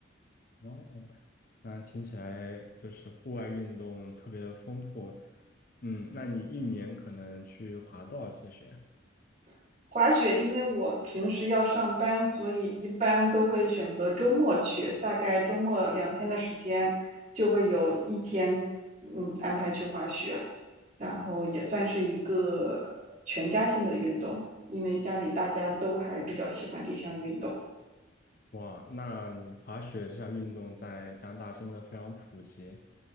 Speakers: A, on the left; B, on the right.
A: 哦，那听起来就是户外运动特别的丰富。嗯，那你一年可能去滑多少次雪？
B: <laughs> 滑雪。因为我平时要上班，所以一般都会选择周末去，大概周末两天的时间就会有一天，嗯，安排去滑雪，然后也算是一个全家性的运动，因为家里大家都还比较喜欢这项运动。
A: 哇，那滑雪这项运动在加拿大真的非常普及。